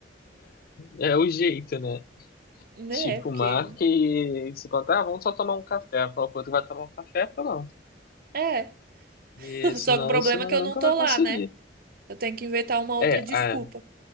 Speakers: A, on the left (about 55°); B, on the right (about 55°).
A: É, é o jeito, né?
B: né?
A: Tipo,
B: Porque
A: marca e se contar, ah, vamos só tomar um café. Fala pro outro, vai tomar um café? Pronto.
B: é. <laughs>
A: E senão
B: Só que o problema
A: você não,
B: é que eu
A: nunca
B: não tô
A: vai
B: lá,
A: conseguir.
B: né? Eu tenho que inventar uma outra
A: É,
B: desculpa,
A: ah,